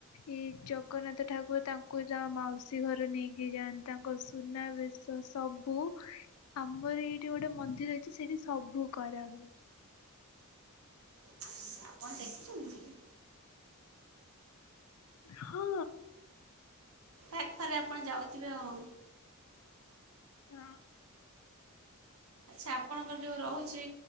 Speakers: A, on the left; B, on the right.
A: ଏ ଜଗନ୍ନାଥ ଠାକୁର ତା ଙ୍କୁ ତାଙ୍କ ମାଉସୀ ଘର ନେଇକି ଯାଆନ୍ତି ତାଙ୍କ ସୁନାବେଶ ସବୁ ଆମର ଏଇଠି ଗୋଟେ ମନ୍ଦିର ଅଛି ସେଇଠି ସବୁ କରାହୁଏ।
B: ଆଚ୍ଛା ଆପଣ ଦେଖିଚନ୍ତି ସେଠି?
A: ହଁ।
B: ପାଖରେ ଆପଣ ଯାଉଥିବେ ଆଉ।
A: ହଁ।
B: ଆଚ୍ଛା ଆପଣଙ୍କର ଯୋଉ ରହୁଛି